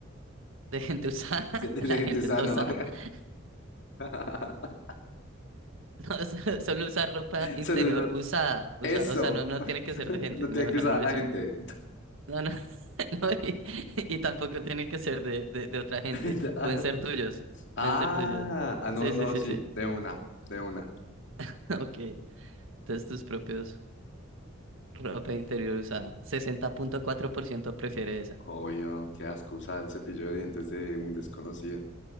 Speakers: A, on the right; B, on the left.
A: <laughs> de gente usada,
B: <laughs>
A: <laughs>
B: De,
A: la
B: gente
A: gente
B: usada,
A: está
B: no.
A: usada. <laughs>
B: <laughs>
A: No, so- solo usar ropa interior
B: Solo usar,
A: usada. Usa,
B: Eso.
A: o sea, no, no
B: <laughs>
A: tiene que ser de gente.
B: Lo
A: No,
B: tiene que
A: no,
B: usar
A: no
B: la
A: es
B: gente.
A: No, no, <laughs> no, y, y tampoco tienen que ser de, de, de otra gente.
B: <laughs>
A: Pueden ser tuyos.
B: Ah,
A: Pueden ser tuyos.
B: ah, no,
A: Sí,
B: no,
A: sí, sí,
B: sí,
A: sí.
B: de una, de una.
A: <laughs> Ok. Entonces tus propios ropa interior usada. 60.4% prefiere esa.
B: Obvio, qué asco usar el cepillo de dientes de un desconocido.